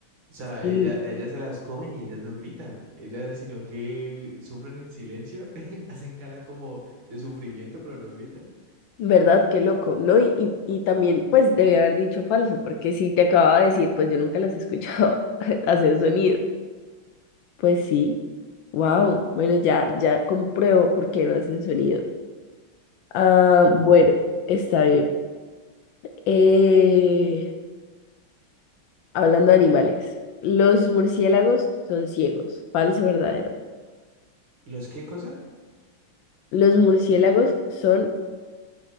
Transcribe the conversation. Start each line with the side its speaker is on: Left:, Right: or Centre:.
Right: O sea,
Left: sí
Right: ella, ellas se las comen y ellas no gritan. Ellas, sino que sufren en silencio, <laughs> hacen cara como de sufrimiento, pero no gritan.
Left: ¿Verdad? Qué loco, ¿no? Y, y, y también, pues, debí haber dicho falso, porque si te acababa de decir, pues yo nunca las he escuchado <laughs> hacer sonido. Pues sí. Wow. Bueno, ya, ya compruebo por qué no hacen sonido. Ah,
Right: Ujú.
Left: bueno, está bien. Eh, hablando de animales, los murciélagos son ciegos. Falso, verdadero.
Right: ¿Los qué cosa?
Left: Los murciélagos son